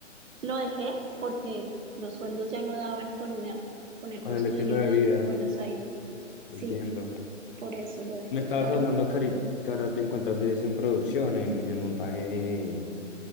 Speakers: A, on the right; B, on the left.
A: Lo dejé porque los sueldos ya no daban con el, con el
B: Con
A: costo
B: el estilo
A: de vida
B: de vida,
A: en Buenos Aires. Sí,
B: entiendo.
A: por eso lo dejé,
B: Me estabas
A: claro.
B: hablando, Cari, que ahora te encuentras es en producción, en, el montaje